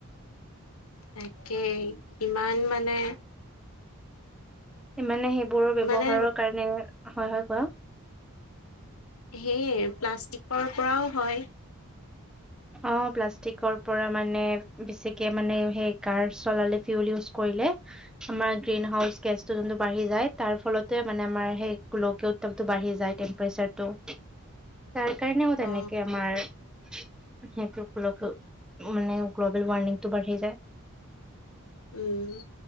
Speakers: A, on the left; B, in the centre.
A: তাকেই ইমান মানে।
B: ইমানে সেইবোৰ ব্যৱহাৰৰ
A: মানে
B: কাৰণে হয়, হয় কোৱা।
A: হেইয়ে প্লাষ্টিকৰ পৰাও হয়।
B: অ' প্লাষ্টিকৰ পৰা মানে বেছিকে মানে সেই কাৰ চলালে, ফিউল ইউজ কৰিলে। আমাৰ গ্ৰীণ হাউচ গেছটো যোনটো বাঢ়ি যায়, তাৰ ফলত মানে আমাৰ সেই গোলকীয় উত্তাপতটো বাঢ়ি যায়। টেম্পেৰচাৰটো।
A: <unintelligible>
B: তাৰ কাৰণেও তেনেকে
A: অ,
B: আমাৰ। সেইটোল গ্ল মানে গ্ল'বেল ৱাৰ্মিংটো বাঢ়ি যায়।
A: উম। উম।